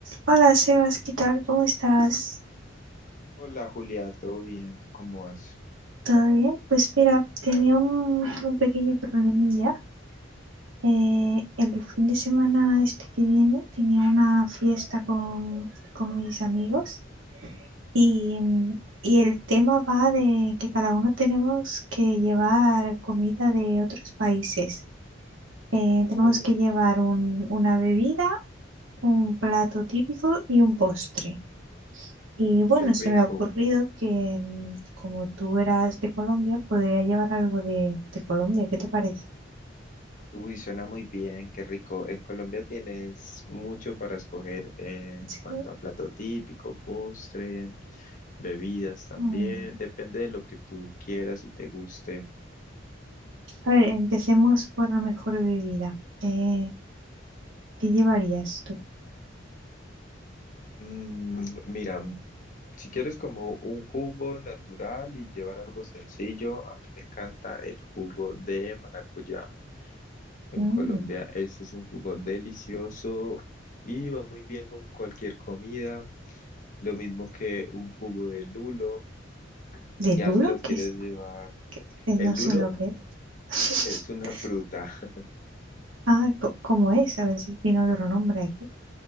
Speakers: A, on the right; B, on the left.
A: Hola Sebas, ¿qué tal? ¿Cómo estás?
B: Hola Julia, ¿todo bien? ¿Tú cómo vas?
A: ¿Todo bien? Pues mira, tenía un, un pequeño problemilla. Eh, el fin de semana este que viene tenía una fiesta con, con mis amigos y, mm, y el tema va de que cada uno tenemos que llevar comida de otros países. Eh,
B: Oh,
A: tenemos que llevar un- una bebida, un plato típico y un postre. Y
B: mm,
A: bueno,
B: qué
A: se
B: rico.
A: me ha ocurrido que mm, como tú eras de Colombia, podría llevar algo de, de Colombia. ¿Qué te parece?
B: Uy, suena muy bien, qué rico. En Colombia tienes mucho para escoger en
A: Sí.
B: cuanto a plato típico, postre, bebidas también.
A: Mm.
B: Depende de lo que tú quieras y te guste.
A: A ver, empecemos por la mejor bebida. ¿Qué, qué llevarías tú?
B: Mm, mira, si quieres como un jugo natural y llevar algo sencillo, a mí me encanta el jugo de maracuyá. En
A: Mm,
B: Colombia, este es un jugo delicioso y va muy bien con cualquier comida. Lo mismo que un jugo de lulo.
A: ¿De
B: Ya
A: Lulo?
B: si lo quieres
A: ¿Qué es?
B: llevar.
A: ¿Qué- eh, No
B: El lulo
A: sé lo que es.
B: es una
A: <laughs>
B: fruta. <laughs>
A: Ah, co- ¿cómo es? A ver si tiene otro nombre aquí.